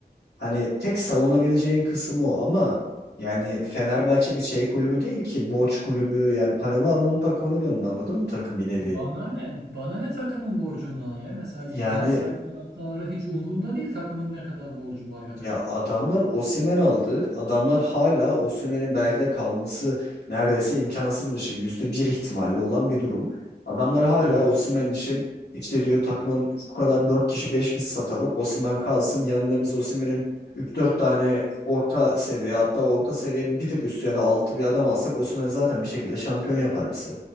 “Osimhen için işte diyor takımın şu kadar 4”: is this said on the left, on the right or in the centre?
Left